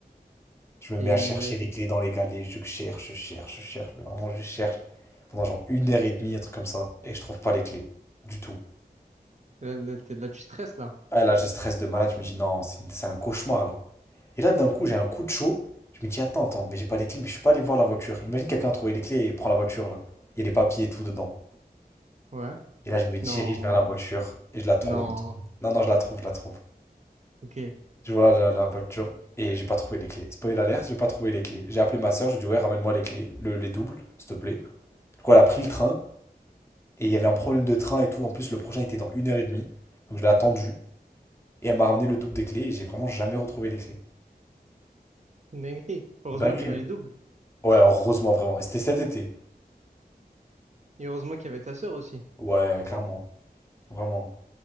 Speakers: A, on the left; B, on the right.
A: Je me mets
B: Et
A: à chercher
B: le-
A: les clés dans les galets, je cherche, je cherche, je cherche, mais vraiment je cherche pendant genre une heure et demie, un truc comme ça, et je trouve pas les clés du tout.
B: là, là, t'es- là, tu stresses, là.
A: Ah là, je stresse de malade, je me dis non, c'est c'est un cauchemar là. Et là, d'un coup, j'ai un coup de chaud, je me dis attends, attends, mais j'ai pas les clés, mais je suis pas allé voir la voiture. Imagine quelqu'un a trouvé les clés et prend la voiture là. Il y a les papiers et tout dedans.
B: Ouais.
A: Et là, je me dirige
B: Non.
A: vers la voiture et je la trouve
B: Non.
A: et tout. Non, non, je la trouve, je la trouve.
B: Ok. C'est
A: Je vois la, la voiture et j'ai pas trouvé les clés. Spoil alerte, j'ai pas trouvé les clés. J'ai appelé ma soeur, j'ai dit ouais, ramène-moi les clés, le- les doubles, s'il te plaît. Du coup, elle a pris le train et il y avait un problème de train et tout. En plus, le prochain était dans une heure et demie. Donc je l'ai attendu et elle m'a ramené le double des clés et j'ai vraiment jamais retrouvé les clés.
B: Une dinguerie. Heureusement
A: Dinguerie.
B: qu'il y avait les
A: hein.
B: doubles.
A: Ouais, heureusement, vraiment. Et c'était cet été.
B: Et heureusement qu'il y avait ta sœur aussi.
A: Ouais, clairement. Vraiment.